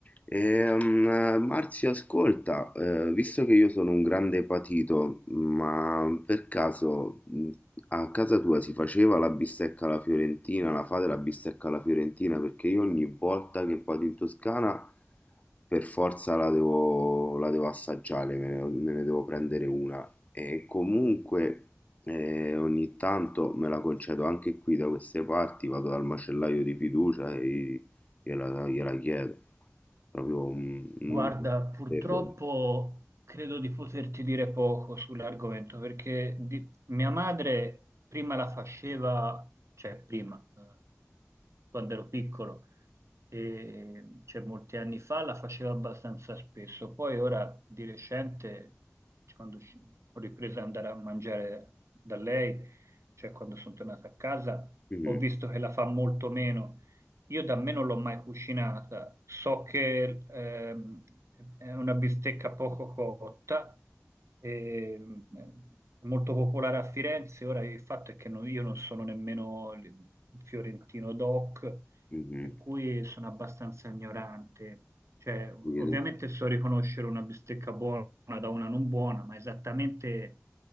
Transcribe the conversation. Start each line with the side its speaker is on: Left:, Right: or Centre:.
Left: Ehm, Marzio, ascolta, eh, visto che io sono un grande patito, ma per caso mh, a casa tua si faceva la bistecca alla fiorentina, la fate la bistecca alla fiorentina? Perché io ogni volta che vado in Toscana per forza la devo, la devo assaggiare, me ne, me ne devo prendere una. E comunque eh, ogni tanto me la concedo anche qui da queste parti, vado dal macellaio di fiducia e gliela gliela chiedo. Proprio un, un
Right: Guarda, purtroppo
Left: debole.
Right: credo di poterti dire poco sull'argomento perché di- mia madre prima la faceva, cioè prima, eh, quando ero piccolo, e, cioè molti anni fa la faceva abbastanza spesso, poi ora di recente, cioè, quando usci- ho ripreso ad andare a mangiare da lei, cioè quando sono tornato a casa,
Left: Mhm,
Right: ho visto che la fa molto meno. Io da me non l'ho mai cucinata, so che ehm, è una bistecca poco cotta, ehm, è molto popolare a Firenze, ora il fatto è che non- io non sono nemmeno il fiorentino doc,
Left: mhm,
Right: per cui sono abbastanza ignorante. Cioè, ov-
Left: capito,
Right: ovviamente so riconoscere una bistecca buona da una non buona, ma esattamente